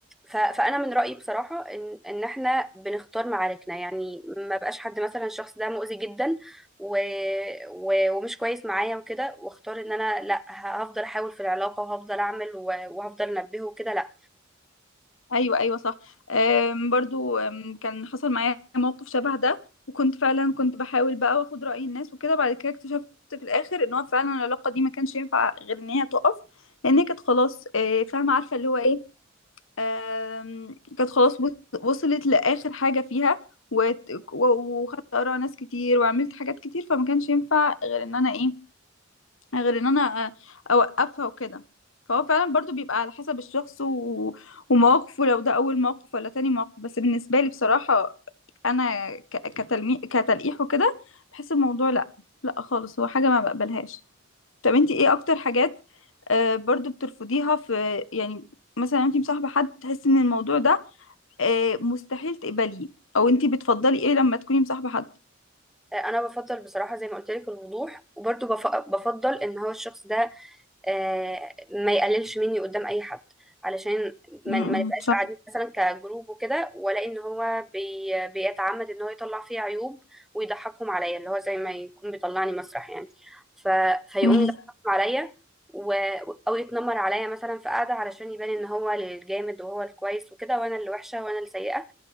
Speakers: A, in the centre; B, on the left (about 80°).
A: ف- فانا من رايي بصراحه ان ان احنا بنختار معاركنا يعني ما بقاش حد مثلا الشخص ده مؤذي جدا و و ومش كويس معايا وكده واختار ان انا لا ه- هفضل احاول في العلاقه وهفضل اعمل و- وهفضل انبهه وكده لا
B: ايوه ايوه صح أم برضو أم كان حصل معايا موقف شبه ده وكنت فعلا كنت بحاول بقى واخد رأي الناس وكده بعد كده اكتشفت في الاخر ان هو فعلا العلاقة دي ما كانش ينفع غير ان هي تقف لان هي كانت خلاص آه، فاهمة عارفة اللي هو ايه أم، كانت خلاص وص- وصلت لآخر حاجة فيها وت- و- وخدت آراء ناس كتير وعملت حاجات كتير فما كانش ينفع غير ان انا ايه غير ان انا آه، اوقفها وكده فهو فعلا برضو بيبقى على حسب الشخص و... ومواقفه لو ده اول موقف ولا تاني موقف بس بالنسبة لي بصراحة انا ك... كتلمي... كتلقيح وكده بحس الموضوع لا لا خالص هو حاجة ما بقبلهاش طب انتي ايه اكتر حاجات آه، برضو بترفضيها في يعني مثلا انتي مصاحبة حد تحسي ان الموضوع ده آه، مستحيل تقبليه او انتي بتفضلي ايه لما تكوني مصاحبة حد
A: آه، انا بفضل بصراحه زي ما قلت لك الوضوح وبرضه بف- بفضل ان هو الشخص ده آه، ما يقللش مني قدام اي حد علشان
B: م-
A: ما
B: م،
A: ما نبقاش قاعدين مثلا كجروب وكده والاقي ان هو بي بيتعمد ان هو يطلع فيه عيوب ويضحكهم عليا اللي هو زي ما يكون بيطلعني مسرح يعني ف... فيقوم
B: صح
A: يضحكهم عليا و... او يتنمر عليا مثلا في قعده علشان يبان ان هو الجامد وهو الكويس وكده وانا اللي وحشه وانا اللي سيئه